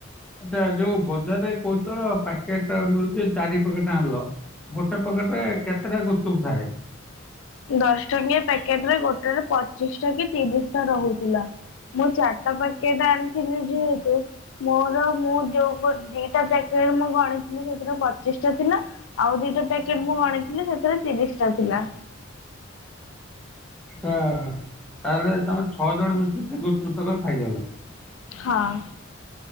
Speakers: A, in the centre; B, on the left.
A: ଆଛା ଯୋଉ ବଜାରରେ କହୁଛ ପ୍ୟାକେଟ ମିଳୁଛି ଚାରି ପକେଟ ଆଣିଲ। ଗୋଟେ ପକେଟ୍ ରେ କେତେଟା ଗୁପଚୁପ ଥାଏ?
B: ଦଶ ଟଙ୍କିଆ ପ୍ୟାକେଟ୍ ରେ ଗୋଟାକରେ ପଚିଶ ଟା କି ତିରିଶ ଟା ରହୁଥିଲା। ମୁଁ ଚାରିଟା ପ୍ୟାକେଟ୍ ଆଣିଥିଲି ଯେହେତୁ। ମୋର ମୁଁ ଯୋଉ ପ ଦିଟା ପ୍ୟାକେଟ୍ ମୁଁ ଗଣିଥିଲି ସେଥିରେ ପଚିଶ ଟା ଥିଲା। ଆଉ ଦିଟା ପ୍ୟାକେଟ୍ ମୁଁ ଗଣଥିଲି ସେଥିରେ ତିରିଶ ଟା ଥିଲା।
A: ଆଛା ତାହେଲେ ତମେ ଛଅ ଜଣ ମିଶିକି ସେ ଗୁପଚୁପ ତକ ଖାଇଦେଲ।
B: ହାଁ।